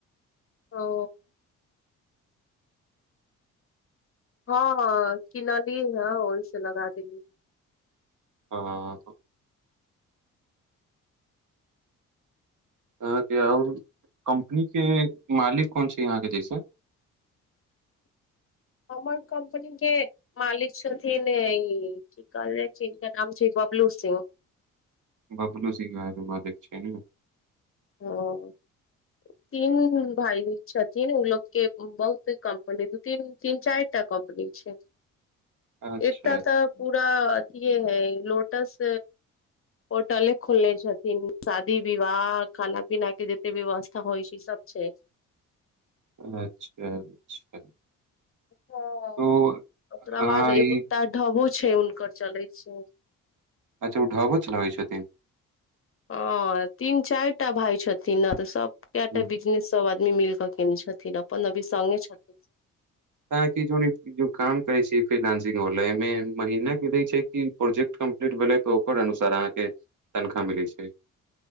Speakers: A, on the left (about 30°); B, on the right (about 45°).
A: ओ हँ किनली हँ ओहि से लगा देली
B: हं अहाँ के और कम्पनी के मालिक कोन छय अहाँ के जैसे
A: हमर कम्पनी के मालिक छथिन ए ई हिनका नाम छय बबलू सिंह
B: बबलू सिंह आहाँ के मालिक छै न
A: हँ तीन भाय छथिन ओ लोग के बहुत कम्पनी दू तीन तीन चाइर टा कम्पनी छै
B: अच्छा
A: एकटा
B: अच्छा
A: तऽ पूरा अथिए है लोटस होटले खोलने छथिन शादी विवाह खाना पीना के जते व्यवस्था होइ छय सब छै
B: अच्छा अच्छा
A: ओ अच्छा
B: तो
A: ओकरा
B: अहाँ
A: बाद
B: ई
A: एगोटा ढबो छय हुनकर चलै छै
B: अच्छा ओ ढाबो चलाबै छथिन
A: हं तीन चाइर टा भाय छथिन ने तऽ सब कैटा
B: हूँ।
A: बिजनेस सब आदमी मिल कऽ केने छथिन अपन अभी संगे छथिन
B: आहाँ कि जानैत कि जो काम करै छी फ्रीलांसिंग वाला एहिमे महीना के दै छै कि प्रोजेक्ट कम् लेट भेलै तऽ ओकर अनुसार अहाँके तनखा मिलै छय